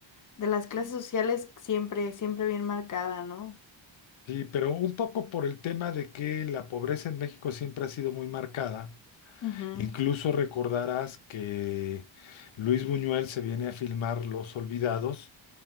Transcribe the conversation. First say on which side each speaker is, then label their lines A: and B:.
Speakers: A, on the left; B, on the left.
A: de las clases sociales siempre, siempre bien marcada, ¿no?
B: Sí, pero un poco por el tema de que la pobreza en México siempre ha sido muy marcada.
A: Ujú.
B: Incluso recordarás que Luis Buñuel se viene a filmar Los Olvidados